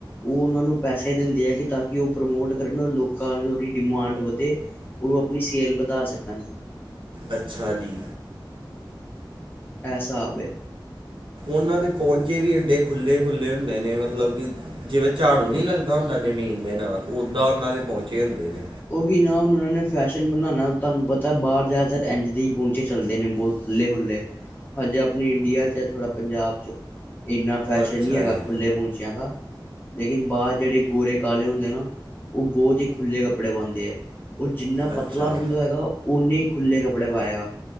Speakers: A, on the left; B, on the right.
A: ਓ ਓਨਾਂ ਨੂੰ ਪੈਸੇ ਦਿੰਦੇ ਐ ਕੀ ਤਾਂਕਿ ਓ ਪ੍ਰਮੋਟ ਕਰਨ। ਲੋਕਾਂ 'ਚ ਓਦੀ ਡਿਮਾਂਡ ਵਧੇ। ਓ ਆਪਣੀ ਸੇਲ ਵਧਾ ਸਕਨ।
B: ਅੱਛਾ ਜੀ।
A: ਐ ਸਾਬ ਏ।
B: ਓਨਾਂ ਦੇ ਪੋਂਚੇ ਵੀ ਐਡੇ ਖੁੱਲੇ ਖੁੱਲੇ ਹੁੰਦੇ ਨੇ ਮਤਲਬ ਕੀ ਜਿਵੇਂ ਝਾੜੂ ਨੀ ਲੱਗਦਾ ਹੁੰਦਾ ਜਮੀਨ ਦੇ ਨਾਲ, ਓਦਾਂ ਓਨਾਂ ਦੇ ਪੋਂਚੇ ਹੁੰਦੇ ਜੇ।
A: ਓਹੀ ਨਾ ਹੁਣ ਓਨਾਂ ਨੇ ਫੈਸ਼ਨ ਬਣਾਨਾ, ਤਾਨੂੰ ਪਤਾ ਬਾਰ ਜਾਦਾਤਰ ਏਂਝ ਦੇ ਈ ਪੋਂਚੇ ਚੱਲਦੇ ਨੇ ਬੌਤ। ਖੁੱਲੇ ਖੁੱਲੇ। ਹਜੇ ਆਪਨੇ ਇੰਡੀਆ 'ਚ ਐ ਥੋੜਾ ਪੰਜਾਬ 'ਚ ਏਨਾ ਫੈਸ਼ਨ
B: ਅੱਛਾ
A: ਨੀ ਹੈਗਾ
B: ਜੀ
A: ਖੁੱਲੇ ਪੋਂਚਿਆਂ ਦਾ। ਲੇਕਿਨ ਬਾਰ ਜੇੜੇ ਗੋਰੇ-ਕਾਲੇ ਹੁੰਦੇ ਨਾ, ਓ ਬੋਤ ਈ ਖੁੱਲੇ ਕੱਪੜੇ ਪਾਂਦੇ ਆ। ਓ ਜਿੰਨਾ
B: ਅੱਛਾ
A: ਪਤਲਾ ਬੰਦਾ ਹੋਏਗਾ, ਓਨੇ ਈ ਖੁੱਲੇ ਕੱਪੜੇ ਪਾਏਗਾ।